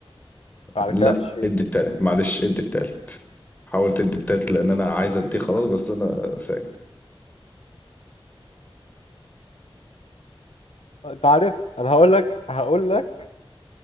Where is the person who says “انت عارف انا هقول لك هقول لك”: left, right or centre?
Left